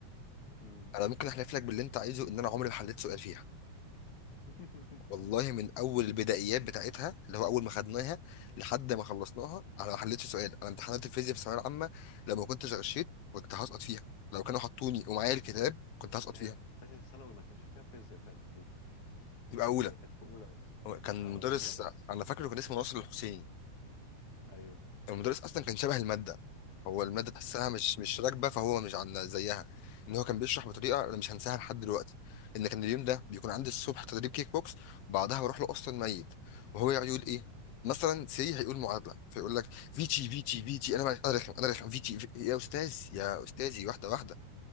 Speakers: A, on the left; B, on the left.
A: مم.
B: انا ممكن احلف لك باللي انت عايزه ان انا عمري ما حليت سؤال فيها
A: <laughs>
B: والله من اول البدائيات بتاعتها اللي هو اول ما خدناها لحد ما خلصناها انا ما حليتش سؤال انا امتحانات الفيزياء في الثانويه العامه لو ما كنتش غشيت كنت هسقط فيها لو كانوا حطوني ومعايا
A: بس
B: الكتاب كنت
A: بس
B: هسقط
A: هي
B: فيها
A: تانية ثانوي ما كانش فيها فيزياء تقريبا
B: يبقى اولى
A: هي كانت في أولى بس
B: هو كان
A: أه
B: مدرس
A: أولى بس
B: انا فاكره كان اسمه ناصر الحسيني
A: أيوه
B: المدرس اصلا كان شبه الماده هو الماده تحسها مش مش راكبه فهو مش عن زيها ان هو كان بيشرح بطريقه انا مش هنساها لحد دلوقتي ان كان اليوم ده بيكون عندي الصبح تدريب كيك بوكس بعدها بروح له اصلا ميت وهو يقعد يقول ايه مثلا سي هيقول معادله فيقول لك فيتشي فيتشي فيتشي انا بقى- انا رخم انا رخم فيتشي في... يا استاذ يا استاذي واحده واحده